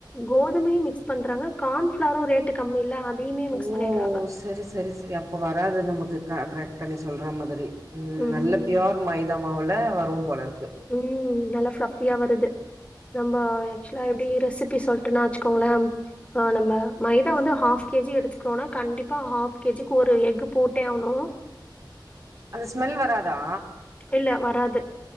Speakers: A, on the left (about 15°); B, on the right (about 40°).
A: கோதுமையை மிக்ஸ் பண்றாங்க கான்ஃ கான்பிலர் உம் ரேட்டு கம்மி இல்ல அதையுமே மிக்ஸ்
B: ஓ
A: பண்ணிடுறாங்க
B: சரி சரி சரி அப்ப வராது நமக்கு க கரெக்ட் நீ சொல்ற மாதிரி உம்
A: ம்.
B: நல்ல பியோர் மைதா மவுல வரும் போல இருக்கு
A: உம் நல்ல ஃலப் ஃபியா வருது நம்ப ஆக்சுவலா எப்டி ரெசிபி சொல் ட்டு நா வச்சுக்கோங்களே ஆஹ் நம்ம மைதா வந்து ஹாஃப் கே ஜி எடுத்துக்கிறோனா கண்டிப்பா ஹாஃப் கே ஜிக்கு ஒரு எஃகு போட்டே ஆகணு
B: அந்த ஸ்மெல் வராதா
A: இல்ல வரா து